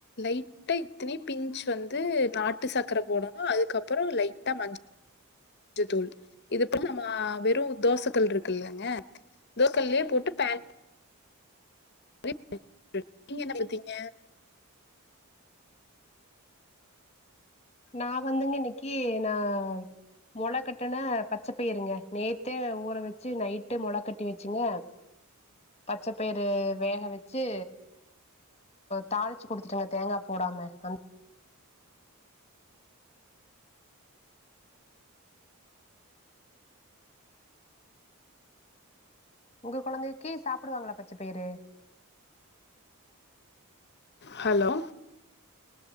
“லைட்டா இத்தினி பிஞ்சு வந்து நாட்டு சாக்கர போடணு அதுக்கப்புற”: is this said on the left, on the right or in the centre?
Left